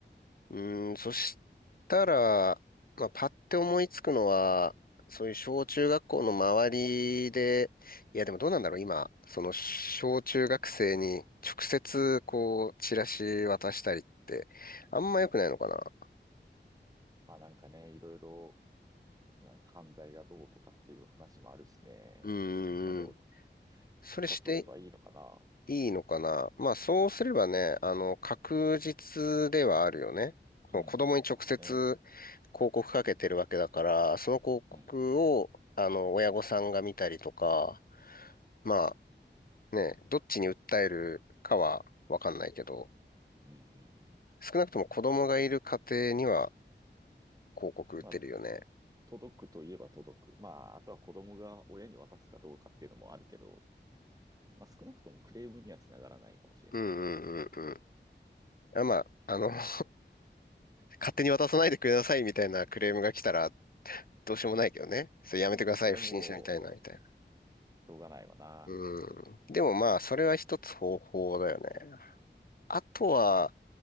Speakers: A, on the left (about 50°); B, on the right (about 20°).
A: うーん、そしたら、まあ、パッて思いつくのは、そういう小中学校の周りで、いや、でもどうなんだろう、今、その小中学生に直接、こう、チラシ渡したりって、あんま良くないのかな。
B: まあなんかね、いろいろ、うん犯罪がどうとかっていう話もあるしね。
A: う
B: まあでも、
A: ーん。それして
B: 許可取ればいいのかな。
A: いいのかなまあそうすればね、あの、確実ではあるよね。
B: うんうん、
A: その子供に直接
B: そうね。
A: 広告かけてるわけだから、その広告を、
B: うん、
A: あの、親御さんが見たりとか、まあね、どっちに訴えるかはわかんないけど、
B: うん、
A: 少なくとも子供がいる家庭には広告売ってるよね。
B: うん。まあ、届くといえば届く。まあ、あとは子供が親に渡すかどうかっていうのもあるけど、まあ少なくともクレームにはつながらないかもしれないね。
A: うんうんうんうん。あ、まあ、あの <laughs> 勝手に渡さないでくださいみたいなクレームが来たら、どうしようもないけどね。それやめてください、
B: うん。それはも
A: 不審者みたいな、みたいな。
B: う、しょうがないわな。
A: うん。でもまあ、それは一つ方法だよね。あとは、